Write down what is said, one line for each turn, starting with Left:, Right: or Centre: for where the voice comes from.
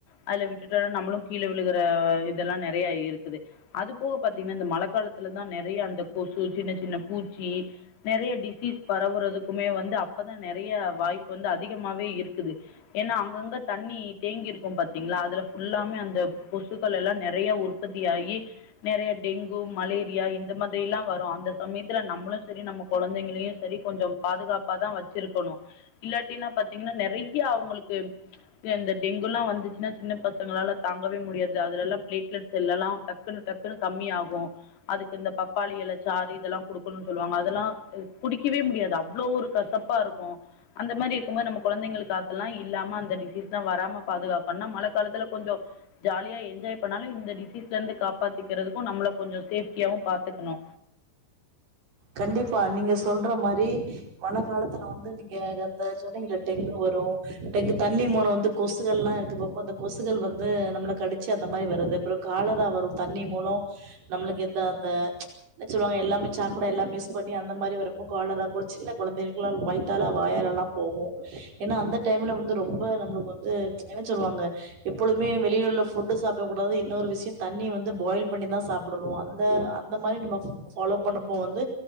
Left: அதல விட்டுட்ட நம்மளு கீழ விழுகற இதெல்லா நெறைய இருக்குது அது போக பாத்தீங்கனா இந்த மழைக்கால த்துல தா நெறைய அந்த கொசு சின்ன சின்ன பூச்சி நெறைய டிசீஸ் பரவுறதுக்குமே வந்து அப்பதா நெறைய வாய் ப்பு வந்து அதிகமாவே இருக்குது ஏனா அங்கங்க தண்ணி தேங்கி இருக்கு பாத்தீங்களா அதுல ஃபுல்லாமே அந்த கொசுக்கள் எல்லா நெறைய உற்பத்தி ஆகி நெறைய டெங்கு மலே ரியா இந்த மாதிரிலா வரு அந்த சமயத்துல நம்மளு சரி நம்ம கொழந்தங்களையு சரி கொஞ்சொ பாதுகாப்பா தா வ ச்சிருக்கணு இல்லாட்டினா பாத்தீங்கனா நெறைய அவங்களுக்கு அந்த டெங்குலா வந்துச்சுனா சின்ன பசங்களால தாங்கவே முடியாது அதலல்ல பிளேட்லெட் செல்லல்லா டக்குனு டக்குனு கம்மி ஆகு அதுக்கு இந்த பப்பாளி எல சாறு இதெல்லா குடுக்கணுன்னு சொல்லுவாங்க அதெல்லா குடிக்கவே முடியாது அவ்ளோ ஒரு கசப் பா இருக்கு அந்த மாரி இருக்கும்போது நம்ம கொழந்தங்களுக்கு அதெல்லா இல்லாம அந்த டிசீஸ்ல்லா வராம பாதுகாக்கணுனா மழ காலத்தல கொஞ்சொ ஜாலியா என்ஜாய் பண்ணாலு இந்த டிசீஸ்ல இருந்து காப்பாத்திகறதுக்கு நம்மள கொஞ்சொ சேஃப்டியாவு பாத்துக்கணு
Right: கண்டிப்பா நீங்க சொல்ற மாரி மழ காலத்தல வந்து நீங்க அந்த சொன்னீங்களே டெங்கு வரு டெங்கு தண்ணி மூலோ வந்து கொசுகள்லா இருக்கு பாப்பா அந்த கொசுகள் வந்து நம்மள கடிச்சி அந்த மாரி வருது அப்புறோ காலரா வரு தண்ணி மூலோ நம்மளுக்கு எந்த அந்த என்ன சொல்லுவாங்க எல்லாமே ச ப்புட எல்லா மிஸ் பண்ணி அந்த மாரி வரப்போ காலரா கு சின்ன கொழந்தகளுக்குளா வயித்தால வாயாலலா போகு ஏனா அந்த டைம்ல வந்து ரொம்ப நம்மளுக்கு வந்து என்ன சொல்லுவாங்க எப்பொழுமே வெளியில உள்ள ஃபுட்டு சாப்ட கூடாது இன்னொரு விஷயொ தண்ணி வந்து பாய்ல் பண்ணி தா சாப்டணு அந்த அந் அந்த மாரி நம்ம ஃப் ஃபாலோ பண்ண ப்போ வந்து